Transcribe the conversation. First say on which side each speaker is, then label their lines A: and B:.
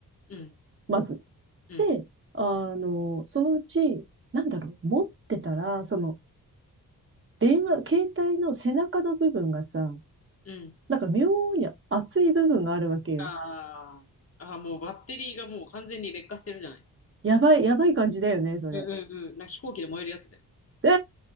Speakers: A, on the left; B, on the right.
A: うん。
B: まず。
A: うん。
B: で、あの、そのうち、なんだろう、持ってたら、その、電話、携帯の背中の部分がさ、
A: うん。
B: なんか妙に熱い部分があるわけよ。
A: ああ。ああ、もうバッテリーがもう完全に劣化してるじゃない。
B: やばい、やばい感じだよね、それ。
A: うんうんうん。な、飛行機で燃えるやつだよ。
B: う